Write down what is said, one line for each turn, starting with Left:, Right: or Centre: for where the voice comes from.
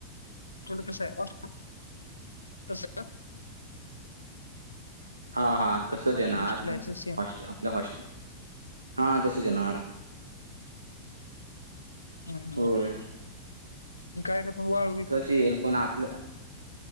Left: <unintelligible> कसं हाय <unintelligible> तस
Right: हा हा तसच
Left: आपली
Right: येणार
Left: जी हॉस्टेल
Right: पण
Left: आहे तसं सेम
Right: हॉस् आपल्या हॉसट हा तसच येणार.
Left: हम्म हं
Right: होय
Left: ह. काय करता? वाळू --
Right: तोच येईल पण आपलं